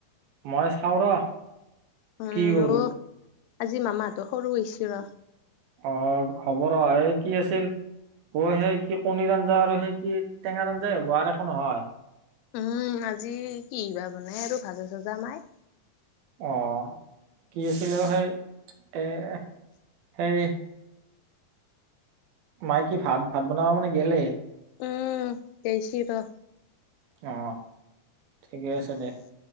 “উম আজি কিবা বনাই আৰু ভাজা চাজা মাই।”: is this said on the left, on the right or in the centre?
Left